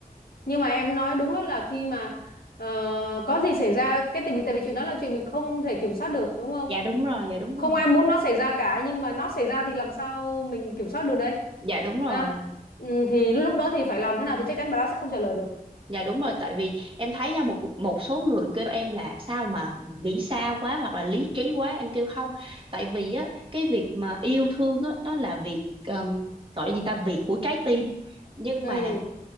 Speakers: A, on the left; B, on the right.
A: nhưng mà em nói đúng đó là khi mà ờ, có gì xảy ra cái tại vì tại vì chuyện đó là chuyện mình không thể kiểm soát được đúng không
B: dạ đúng rồi dạ đúng rồi
A: không ai muốn nó xảy ra cả nhưng mà nó xảy ra thì làm sao mình kiểm soát được đây
B: dạ đúng rồi
A: ha ừ, thì lúc đó thì phải làm thế nào thì chắc chắn bà đó sẽ không trả lời được
B: dạ đúng rồi tại vì em thấy nha một một số người kêu em là sao mà nghĩ xa quá hoặc là lý trí quá em kêu không tại vì á cái việc mà yêu thương á đó là việc um, gọi là gì ta việc của trái tim nhưng
A: ừ
B: mà